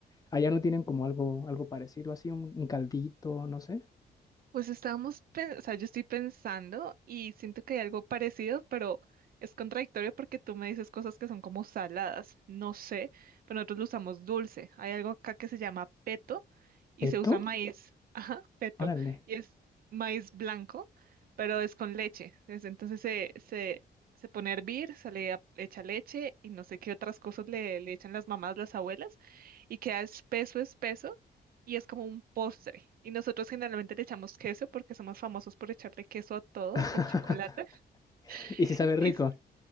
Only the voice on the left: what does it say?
Allá no tienen como algo, algo parecido, así un, un caldito, no sé.
¿Peto?
Órale.
<laughs>
Y si sabe rico.